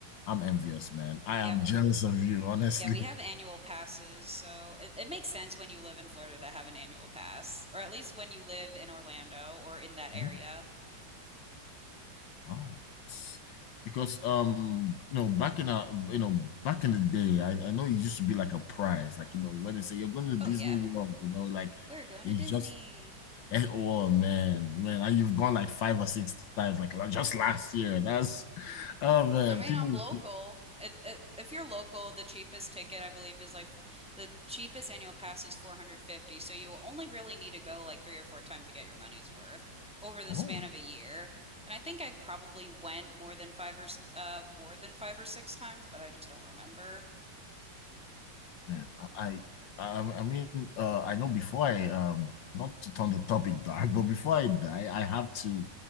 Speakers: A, on the left (about 75°); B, in the centre.
A: I'm envious, man. I
B: Yeah,
A: am jealous of you, <laughs> honestly.
B: Yeah, we have annual passes, so it, it makes sense when you live in Florida to have an annual pass, or at least when you live in Orlando or in that area.
A: Mhm. Wow, that's because um you know back in a you know back in the day, I, I know it used to be like a prize, like you know when they say you're going to Disney
B: Oh yeah,
A: World, you know like
B: we're going
A: it's
B: to Disney.
A: just <laughs> Oh man, man, I- you've gone like five or six times, like la- just last year. That's oh man,
B: I mean,
A: people.
B: I'm local.
A: will keep-
B: It, it, if you're local, the cheapest ticket I believe is like the cheapest annual pass is 450, so you only really need to go like three or four times to get your money's worth over the
A: Oh
B: span of a year. And I think I probably went more than five or s- uh more than five or six times, but I just don't remember.
A: man, I, I, I I mean, uh, I know before I um, not to turn the topic dark, but before I die, I have to